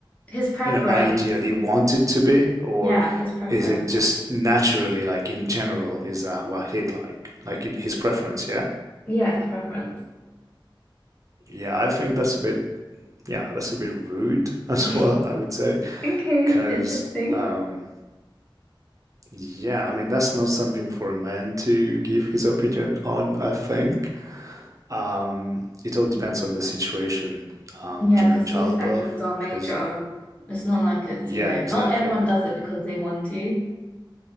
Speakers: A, on the left; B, on the right.
A: His preference.
B: you know, ideally want it to be, or
A: Yeah, his preference.
B: is it just naturally, like in general, is that what he'd like, like it- his preference? Yeah,
A: Yeah, his preference.
B: yeah. I think that's a bit, yeah, that's a bit rude <laughs> as
A: <laughs>
B: well. I would say,
A: Okay,
B: because,
A: interesting.
B: um, yeah, I mean, that's not something for a man to give his opinion on. I think. Um, it all depends on the situation um,
A: Yeah,
B: during
A: because
B: childbirth,
A: C-sections are major.
B: because,
A: It's not like it's,
B: yeah,
A: you know,
B: exactly.
A: not everyone does it because they want to.